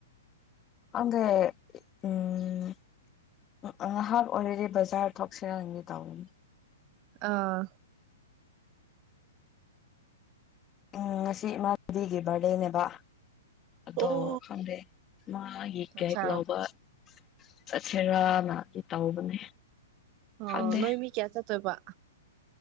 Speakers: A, on the left; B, on the right.
A: ꯑꯟꯗꯦ ꯎꯝ ꯍꯥꯐ ꯑꯣꯏꯔꯗꯤ ꯕꯖꯥꯔ ꯊꯣꯛꯁꯤꯔꯥ ꯍꯪꯒꯦ ꯇꯧꯕꯅꯤ
B: ꯑꯥ
A: ꯎꯝ ꯉꯁꯤ ꯏꯃꯥꯟꯅꯕꯤꯒꯤ ꯕꯥꯔꯗꯦꯅꯦꯕ ꯑꯗꯣ
B: ꯑꯣ
A: ꯈꯪꯗꯦ ꯃꯥꯒꯤ ꯀꯦꯛ
B: ꯑꯠꯆꯥ
A: ꯂꯥꯎꯕ ꯆꯠꯁꯦꯔꯥꯅꯗꯤ ꯇꯧꯕꯅꯦ
B: ꯑꯣ
A: ꯈꯪꯗꯦ
B: ꯅꯣꯏ ꯃꯤ ꯀꯌꯥ ꯆꯠꯇꯣꯏꯕ